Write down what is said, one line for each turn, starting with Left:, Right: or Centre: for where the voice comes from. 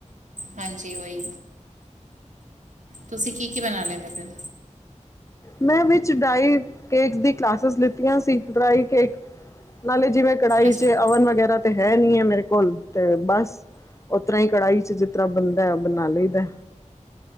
Right: ਹਾਂਜੀ ਓਈ। ਤੁਸੀ ਕੀ-ਕੀ ਬਣਾ ਲੈਂਦੇ ਫੇਰ?
Left: ਮੈਂ ਵਿੱਚ ਡਰਾਈ ਕੇਕਸ ਦੀ ਕਲਾਸਿਸ ਲਿੱਤੀਆਂ ਸੀ, ਡਰਾਈ ਕੇਕ ਨਾਲੇ ਜਿਵੇਂ ਕੜਾਈ
Right: ਅੱਛਾ
Left: 'ਚ
Right: ਨਹੀਂ
Left: ਅਵਨ ਵਗੈਰਾ ਤੇ ਹੈ ਨੀ ਐ ਮੇਰੇ ਕੋਲ ਤੇ ਬਸ ਓਤਰ੍ਹਾਂ ਈ ਕੜਾਹੀ 'ਚ ਜਿਤਰ੍ਹਾਂ ਬਨਦੈ ਬਣਾ ਲਈਦੈ।